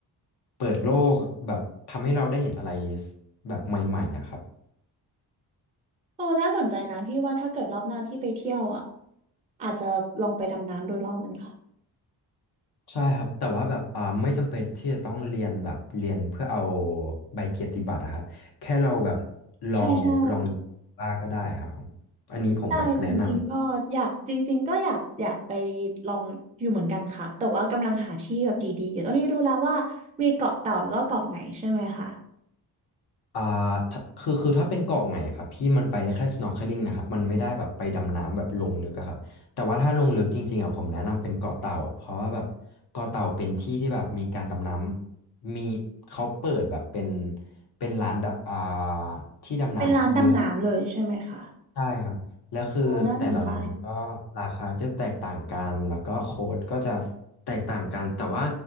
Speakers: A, on the left; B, on the right.
A: เปิดโลกแบบทำให้เราได้เห็นอะไรแบบใหม่ๆอะครับ
B: เออน่าสนใจนะพี่ว่าถ้าเกิดรอบหน้าพี่ไปเที่ยวอ่ะอาจจะลองไปดำน้ำโดยรอบหนึ่งค่ะ
A: ใช่ครับแต่ว่าแบบอ่าไม่จำเป็นที่จะต้องเรียนแบบเรียนเพื่อเอาใบเกียรติบัตรอะครับแค่เราแบบลองลอง
B: ใช่ใช่
A: บ้างก็ได้ครับผมอันนี้ผมแบบแนะนำ
B: ใช่จริงๆก็อยากจริงๆก็อยากอยากไปลองอยู่เหมือนกันค่ะแต่ว่ากำลังหาที่แบบดีๆอยู่ตอนนี้รู้แล้วว่ามีเกาะเต่าแล้วก็เกาะไหนใช่ไหมคะ
A: อ่าถ้าคือคือถ้าเป็นเกาะไงอะครับพี่มันไปได้แค่ snorkeling นะครับมันไม่ได้แบบไปดำน้ำแบบลงลึกอะครับแต่ว่าถ้าลงลึกจริงๆอะผมแนะนำเป็นเกาะเต่าเพราะว่าแบบเกาะเต่าเป็นที่ที่แบบมีการดำน้ำมีเขาเปิดแบบเป็นเป็นร้านดำอ่าที่ดำน้ำเยอะ
B: เป็นร้านดำน้ำเลยใช่ไหมคะ
A: ใช่ครับแล้วคือแต่ละร้านก็ราคาจะแตกต่างกันแล้วก็โค้ดก็จะ
B: โอ้น่าสนใจ
A: แตกต่างกันแต่ว่า